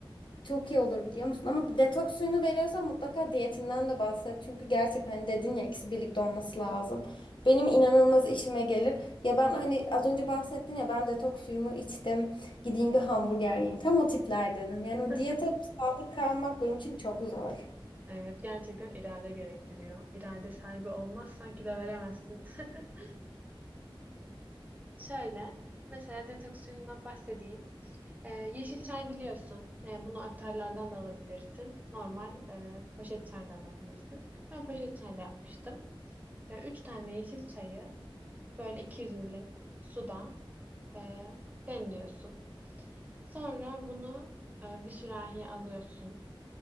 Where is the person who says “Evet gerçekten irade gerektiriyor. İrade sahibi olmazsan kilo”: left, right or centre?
Right